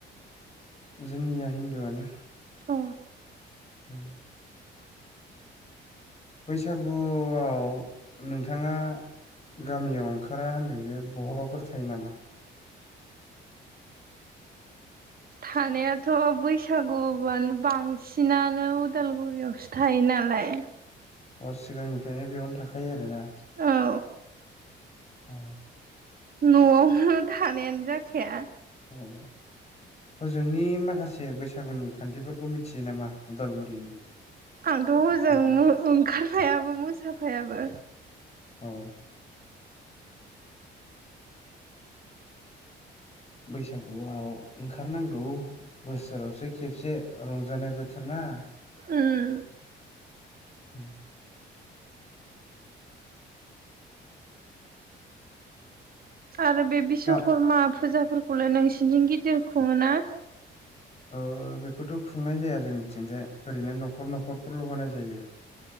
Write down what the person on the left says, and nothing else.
जोंनिया हिन्दुआनो
उम बैसागुआव नोंथाङा गामियाव ओंखारा होनदों जे बहाबाफोर थायो नामा
अ सिगांनिफ्रायनो बेयावनो थाखायो आरोना
औ
औ फोजोंनि माखासे बैसागुनि खान्थिफोरखौ मिथियो नामा उदालगुरिनि
नोंथां
औ बैसागुआव ओंखारनांगौ बोसोरावसो खेबसे रंजानाय बोथोर ना
उ
गा
औ बेखौथ' खुंनाय जाया जोंनिथिंजाय ओरैनो न'खर न'खरफोरल' होनाय जायो